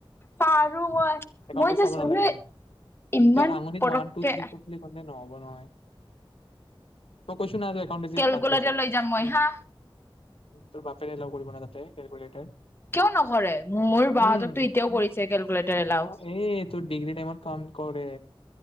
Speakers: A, on the left; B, on the left.
A: পাৰো মই
B: একাউণ্টেন্সী
A: মই জাষ্ট
B: চাব নালাগে,
A: মানে ইমান
B: তই আঙুলিত
A: পটককে
B: ওৱান, টো, থ্ৰী <unintelligible> নব নহয়? <unintelligible> একাউণ্টেন্সী
A: কেলকুলেটাৰ
B: বাদ দেশ তই।
A: লৈ যাম মই
B: উ
A: হা
B: তোৰ বাপেৰে অলৌ কৰিব ন তাতেট কেলকুলেটাৰ,
A: কিয় নকৰে মোৰ বাহঁতকতো
B: উ'
A: এতিয়াও কৰিছে কেলকুলেটাৰ এলাও
B: এই তোৰ ডিগ্ৰীটাইমত ক কৰে।